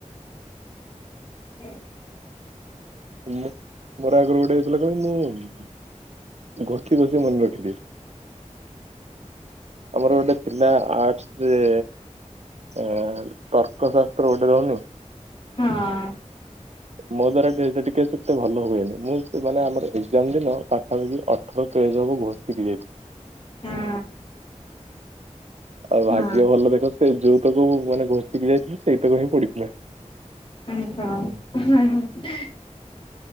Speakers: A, on the left (about 45°); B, on the right (about 60°).
A: <unintelligible>
B: ମୋ ମୋର ଆଗରୁ ଗୋଟେ ହେଇଥିଲା କହିଲ ମୁଁ ଘଷି ଘଷି ମନେ ରଖିଦିଏ। ଆମର ଗୋଟେ ପିଲା ଆର୍ଟସରେ ଏ ତର୍କଶାସ୍ତ୍ର ଗୋଟେ ରହୁନି।
A: ହଁ।
B: ମୋ ଦ୍ଵାରା ଟିକେ ସେତେ ଭଲ ହୁଏନି ମୁଁ ମାନେ ଆମର ଏଜାମ ଦିନ ପାଖାପାଖି ଅଠର ତ ଏ ଯବ ଘୋସିକି ଯାଇଥିଲି।
A: ହଁ।
B: ଆଉ ଭାଗ୍ୟ
A: ହଁ ହଁ
B: ଭଲ ଦେଖ ସେ ଯୋଉ ତକୁ ମାନେ ଘଷିକି ଯାଇଥିଲ ସେଇ ତକ ହିଁ ପଡିଥିଲା।
A: <unintelligible>